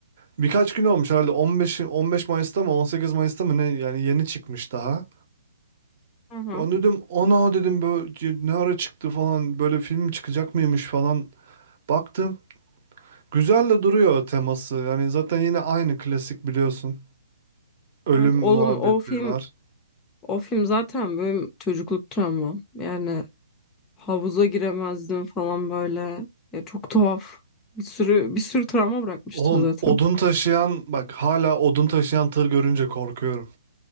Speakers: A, on the right; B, on the left.
A: birkaç gün olmuş herhalde 15 15 Mayıs'ta mı 18 Mayıs'ta mı ne yani yeni çıkmış daha.
B: Hı hı.
A: Onu dedim ana dedim böyle ne ara çıktı falan böyle film çıkacak mıymış falan baktım. Güzel de duruyor teması. Yani zaten yine aynı klasik biliyorsun. Ölüm
B: Evet oğlum
A: muhabbetleri
B: o film
A: var.
B: O film zaten benim çocukluk travmam. Yani havuza giremezdim falan böyle. Ya çok tuhaf. Bir sürü bir sürü travma bırakmıştır
A: Oğlum
B: zaten.
A: odun taşıyan bak hala odun taşıyan tır görünce korkuyorum.